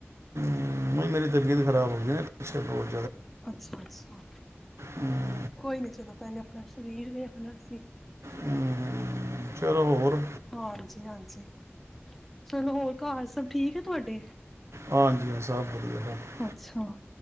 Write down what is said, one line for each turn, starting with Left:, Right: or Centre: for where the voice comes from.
Right: ਨਹੀਂ ਮੇਰੀ ਤਬੀਅਤ ਖ਼ਰਾਬ ਹੋ ਗਈ ਨਾ। ਤੇ ਹੋਰ।
Centre: ਅੱਛਾ ਅੱਛਾ।
Right: ਹਮ।
Centre: ਕੋਈ ਨੀ ਚਲੋ ਪਹਿਲੇ ਆਪਣਾ ਸ਼ਰੀਰ ਵੇਖਣਾ ਸੀ।
Right: ਹਮ, ਚਲੋ ਹੋਰ
Centre: ਹਾਂ ਜੀ ਹਾਂਜੀ। ਚਲੋ ਹੋਰ, ਘਰ ਸਭ ਠੀਕ ਐ ਤੁਆਡੇ?
Right: ਹਾਂਜੀ ਹਾਂਜੀ ਸਭ ਵਧੀਆ। ਸਭ
Centre: ਅੱਛਾ